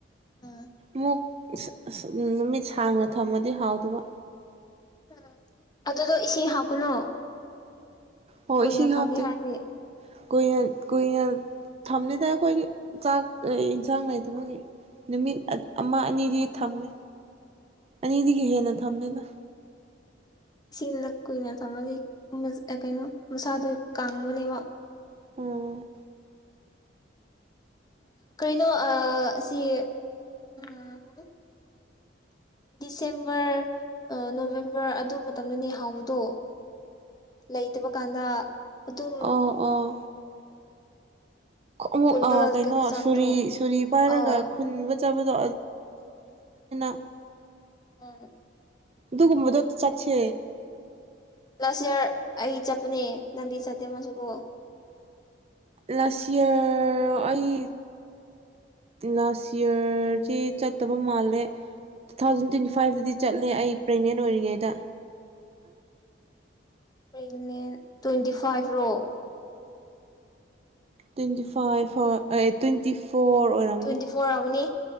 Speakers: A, on the left; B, on the right.
A: ꯎꯝ
B: ꯃꯨꯛ ꯑꯁ ꯑꯁ ꯅꯨꯃꯤꯠ ꯁꯥꯡꯅ ꯊꯝꯃꯗꯤ ꯍꯥꯎꯇꯕ
A: ꯎꯝ ꯑꯗꯨꯗꯣ ꯏꯁꯤꯡ ꯍꯥꯞꯀꯅꯨ
B: ꯑꯣ
A: ꯀꯨꯏꯅ
B: ꯏꯁꯤꯡ
A: ꯊꯝꯒꯦ
B: ꯍꯥꯞꯇꯦ
A: ꯍꯥꯏꯔꯗꯤ
B: ꯀꯨꯏꯅ ꯀꯨꯏꯅ ꯊꯝꯅꯤꯗ ꯑꯩꯈꯣꯏꯗꯤ ꯆꯥꯛ ꯌꯦꯟꯁꯥꯡ ꯂꯩꯇꯕꯒꯤ ꯅꯨꯃꯤꯠ ꯑꯃ ꯑꯅꯤꯗꯤ ꯊꯝꯃꯦ ꯑꯅꯤ ꯗꯒꯤ ꯍꯦꯟꯅ <unintelligible>
A: ꯏꯁꯤꯡꯅ ꯀꯨꯏꯅ ꯊꯝꯃꯗꯤ ꯑꯝ ꯀꯩꯅꯣ ꯃꯁꯥꯗꯣ ꯀꯪꯕꯅꯦꯕ
B: ꯎꯝ
A: ꯀꯩꯅꯣ ꯑ ꯁꯤ ꯑꯝ ꯗꯤꯁꯦꯝꯕꯔ ꯅꯣꯕꯦꯝꯕꯔ ꯑꯗꯨ ꯃꯇꯝꯗꯅꯦ ꯍꯥꯎꯕꯗꯣ ꯂꯩꯇꯕ ꯀꯥꯟꯗ ꯑꯗꯨꯝ
B: ꯑ ꯑꯥ ꯑꯃꯨꯛ
A: ꯈꯨꯜꯂꯒ
B: ꯑꯥ ꯀꯩꯅꯣ
A: ꯆꯥꯕꯗꯣ
B: ꯁꯨꯔꯤ ꯁꯨꯔꯤ ꯄꯥꯏꯔꯒ
A: ꯑꯥ
B: ꯈꯨꯟ ꯆꯕꯗ <unintelligible>
A: ꯑꯥ
B: ꯗꯨꯒꯨꯝꯕꯗꯣ ꯆꯠꯁꯦ
A: ꯂꯥꯁꯏꯌꯔ ꯑꯩ ꯆꯠꯄꯅꯦ ꯅꯪꯗꯤ ꯆꯠꯇꯦ ꯃꯥꯁꯨꯀꯣ
B: ꯂꯥꯁ ꯏꯔ ꯑꯩ ꯂꯥꯁ ꯌꯔꯖꯤ ꯆꯠꯇꯕ ꯃꯥꯜꯂꯦ ꯇꯨ ꯊꯥꯎꯖꯟ ꯇ꯭ꯋꯦꯟꯇꯤ ꯐꯥꯏꯚꯇꯗꯤ ꯆꯠꯂꯦ ꯑꯩ ꯄ꯭ꯔꯦꯒꯅꯦꯟ ꯑꯣꯏꯔꯤꯉꯩꯗ
A: ꯄ꯭ꯔꯦꯒꯅꯦꯟ ꯇ꯭ꯋꯦꯟꯇꯤ ꯐꯥꯏꯚ ꯔꯣ
B: ꯇ꯭ꯋꯦꯟꯇꯤ ꯐꯥꯏꯚ ꯍꯣꯏ ꯑꯦ ꯇ꯭ꯋꯦꯟꯇꯤ ꯐꯣꯔ ꯑꯣꯏꯔꯝꯅꯤ
A: ꯇ꯭ꯋꯦꯟꯇꯤ ꯐꯣꯔ ꯑꯥꯎꯔꯝꯅꯤ